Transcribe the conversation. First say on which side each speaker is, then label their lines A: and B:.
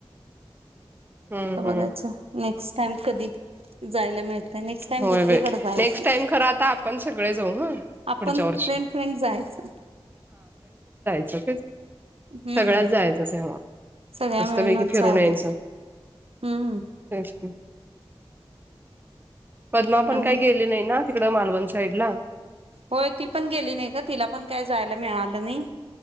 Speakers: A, on the right; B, on the right.
A: हम्म
B: बघायचं
A: हम्म
B: नेक्स्ट टाम कधी जायला मिळत नेक्स्ट टाइम
A: होय
B: दुसरीकडे
A: बाई
B: जायचं
A: नेक्स्ट टाइम खरं आता आपण सगळे जाऊ हा
B: आपण
A: पुढच्या वर्षी
B: फ्रेंड फ्रेंड जायचं
A: च
B: हम्म
A: सगळ्यात जायचं तेव्हा
B: सगळ्या
A: मस्तपैकी
B: मिळूनच
A: फिरून
B: झाले
A: यायचं
B: हम्म
A: तेच की पद्मा पण
B: आणि
A: काही गेले नाही ना तिकड मालवंत साईडला
B: होय ती पण गेली नाही का तिला पण काय जायला मिळालं नाही